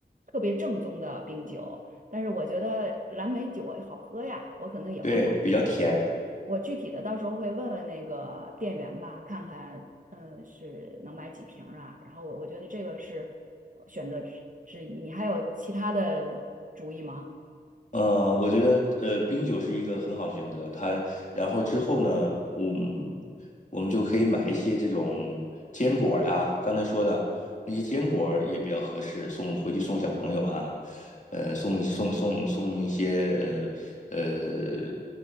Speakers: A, on the right; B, on the left.
A: 特别正宗的冰酒，但是我觉得蓝莓酒好喝呀，我可能也会买。
B: 对，比较甜。
A: 我具体的到时候会问问那个店员吧，看看嗯是能买几瓶儿啊。然后我我觉得这个是选择之之一，你还有其他的主意吗？
B: 呃，我觉得呃，冰酒是一个很好的选择。它，然后之后呢，我们我们就可以买一些这种坚果儿呀，刚才说的那些坚果儿也比较合适，送回去送小朋友啊，呃，送送送送一些呃呃